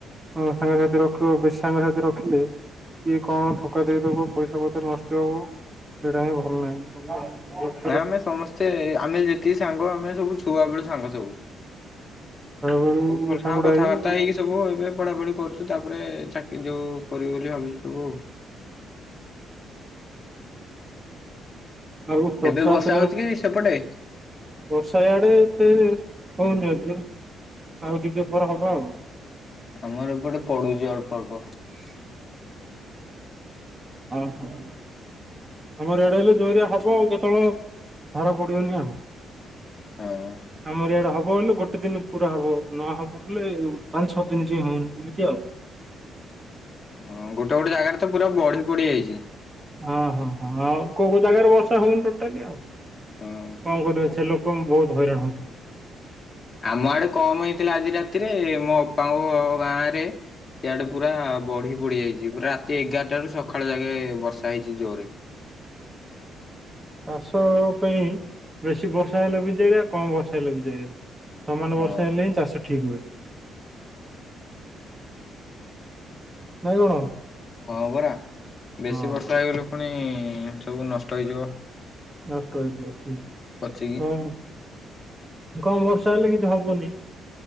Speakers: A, on the right; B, on the left.
A: ହ ସାଙ୍ଗସାଥି ରଖିବ ବେଶୀ ସାଙ୍ଗସାଥି ରଖିଲେ କିଏ କଣ ଧକା ଦେଇଦବ ପଇସା ପତ୍ର ନଷ୍ଟ ହବ ସେଇଟା ହିଁ ଭଲ ନାହିଁ ହ <inaudible>
B: ନା ଆମେ ସମସ୍ତେ ଆମେ ଯେତିକି ସାଙ୍ଗ ଆମେ ସବୁ ଛୁଆ ବେଳୁ ସାଙ୍ଗ ସବୁ
A: ବେଳୁ
B: ସବୁ ଭଲ
A: ସାଙ୍ଗୁଡା
B: ସାଙ୍ଗ କଥାବାର୍ତ୍ତା
A: ହେଇ
B: ହେଇକି ସବୁ ଏବେ ପଢାପଢି କରୁଛୁ ତାପରେ ଚାକିରି ଯୋଉ କରିବୁ ବୋଲି ଭାବିଛୁ ସବୁ ଆଉ।
A: ଆଉ ରଥଯାତ୍ରାରେ
B: ଏବେ ବର୍ଷା ହଉଛି କି ସେପଟେ
A: ବର୍ଷା ଆଡ଼େ ଏତେ ହଉନି ଏଭେ ଆଉ ଟିକେ ପରେ ହବ ଆଉ।
B: ଆମର ଏ ପଟେ ପଡ଼ୁଚି ଅଳ୍ପ ଅଳ୍ପ
A: <inaudible> ଓହୋ ଆମର ଏଡ଼େ ହେଲେ ଜୋରିଆ ହବ ଆଉ କେତେବେଳେ ଧାର ପଡ଼ିବନି ଆଉ
B: ହଁ
A: ଆମର ଇଆଡ଼େ ହବ ହେଲେ ଗୋଟେ ଦିନ ପୁରା ହବ ନହବଲେ ପାଞ୍ଚ ଛଅ ଦିନ ଯାଇଁ ହଉନି ଏମିତି ଆଉ
B: ହଁ ଗୋଟେ ଗୋଟେ ଜାଗାରେ ତ ପୁରା ବଢ଼ି ପଡ଼ିଯାଇଛି।
A: ହଁ ହଁ ହଁ ଆଉ କୋଉ କୋଉ ଜାଗାରେ ବର୍ଷା ହଉନି ଟୋଟାଲି ଆଉ
B: ହଁ
A: କଣ କରିବ ସେ ଲୋ କ ବହୁତ ହଇରାଣ ହଉଥିବେ।
B: ଆମ ଆଡ଼େ କମ୍ ହେଇଥିଲା ଆଜି ରାତିରେ ମୋ ଅପାଙ୍କ ଗାଁ ରେ ସିଆଡ଼େ ପୁରା ବଢ଼ି ପଡ଼ିଯାଇଛି ପୁରା ରାତି ଏଗାରଟା ରୁ ସଖାଳ ଯାଗେ ବର୍ଷା ହେଇଛି ଜୋ ରେ
A: ଚାଷ ପାଇଁ ବେଶୀ ବର୍ଷା ହେଲେ ଭିଯେଗା କମ୍ ବର୍ଷା ହେଲେ ଭିଯେଗା। ସମାନ
B: ହଁ।
A: ବର୍ଷ ହେଲେ ହିଁ ଚାଷ ଠିକ୍ ହୁଏ। ନାଇଁ କଣ?
B: ହଁ ପରା ବେଶୀ
A: ହଁ
B: ବର୍ଷା ହେଇଗଲେ ପୁଣି ସବୁ ନଷ୍ଟ ହେଇଯିବ।
A: ନଷ୍ଟ ହେଇଯିବ ଠିକ୍
B: ପଚିକି।
A: ହଁ ସେ କମ୍ ବର୍ଷା ହେଲେ କିଛି ହବନି।